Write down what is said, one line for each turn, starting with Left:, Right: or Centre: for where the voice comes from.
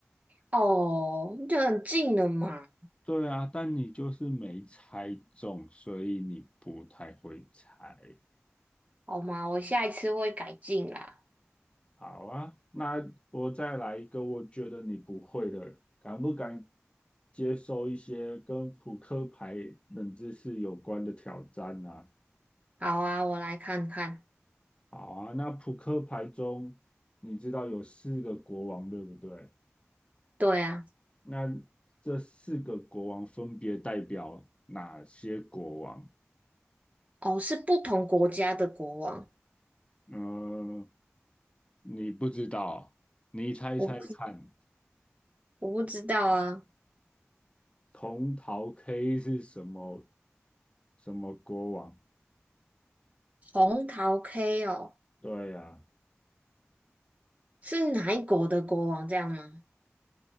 Right: 哦，就很近了嘛，
Left: 对啊，但你就是没猜中，所以你不太会猜。
Right: 好吗？我下一次会改进啦。
Left: 好啊，那我再来一个，我觉得你不会的，敢不敢接受一些跟扑克牌冷知识有关的挑战呢、啊
Right: 好啊，我来看看。
Left: 好啊，那扑克牌中，你知道有四个国王，对不对？
Right: 对啊。
Left: 那这四个国王分别代表哪些国王？
Right: 哦，是不同国家的国王，
Left: 嗯，你不知道，你猜猜看，
Right: 我不我不知道啊。
Left: 铜桃 K 是什么什么国王？
Right: 红桃 K 哦，
Left: 对呀、
Right: 是哪一国的国王这样吗？